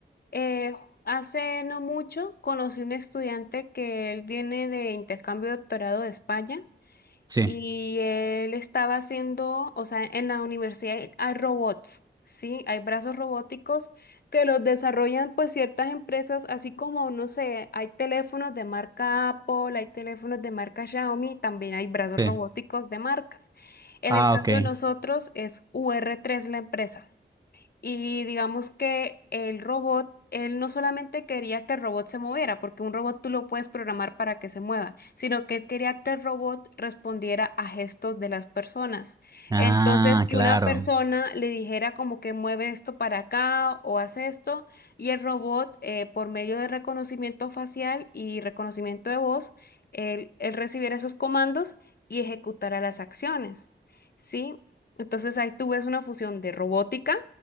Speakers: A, on the left; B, on the right.
A: eh, hace no mucho conocí un estudiante que él viene de intercambio de doctorado de España
B: Sí,
A: y él estaba haciendo, o sea, en la universidad hay hay robots, ¿sí? Hay brazos robóticos que los desarrollan pues ciertas empresas, así como, no sé, hay teléfonos de marca Apple, hay teléfonos de marca Xiaomi, también hay brazos
B: sí.
A: robóticos de marcas. En
B: Ah,
A: el caso
B: ok.
A: de nosotros es ur tres la empresa. Y digamos que el robot, él no solamente quería que el robot se moviera, porque un robot tú lo puedes programar para que se mueva, sino que él quería que el robot respondiera a gestos de las personas.
B: Ah,
A: Entonces, que
B: claro.
A: una persona le dijera como que mueve esto para acá o hace esto, y el robot, eh, por medio de reconocimiento facial y reconocimiento de voz, él, él recibiera esos comandos y ejecutara las acciones. ¿Sí? Entonces ahí tú ves una fusión de robótica